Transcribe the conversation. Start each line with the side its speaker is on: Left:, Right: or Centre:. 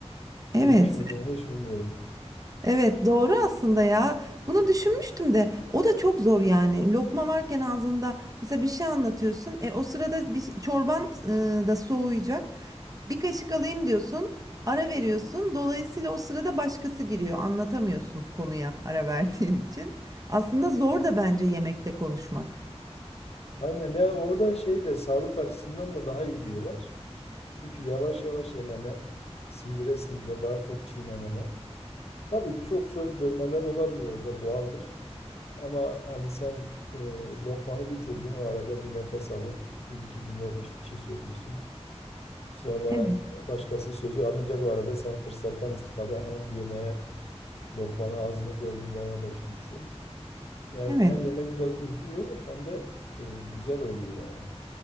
Right: Evet.
Left: Duymuş mu bunu hiç bilmiyorum.
Right: Evet, doğru aslında ya. Bunu düşünmüştüm de o da çok zor yani. Lokma varken ağzında mesela bir şey anlatıyorsun. E, o sırada bir çorban e, da soğuyacak. Bir kaşık alayım diyorsun. Ara veriyorsun. Dolayısıyla o sırada başkası giriyor. Anlatamıyorsun konuya ara <laughs> verdiğin için. Aslında zor da bence yemekte konuşmak.
Left: Aynen yani orada şey de sağlık açısından da daha iyi diyorlar. Çünkü yavaş yavaş yemene, sindire sindire daha çok çiğnemene. Tabii çok söz bölmeler olabilir orada doğaldır. Ama hani sen e, lokmanı bitirdin o arada bir nefes alıp bir iki cümle bir şey söylüyorsun. Sonra
Right: Evet.
Left: başkası sözü alınca bu arada sen fırsattan istifade hemen yemeğe, lokmanı ağzını doldurmaya başlıyorsun. Yani
Right: Evet.
Left: hem yemek biraz uzuyor hem de e, güzel oluyor yani.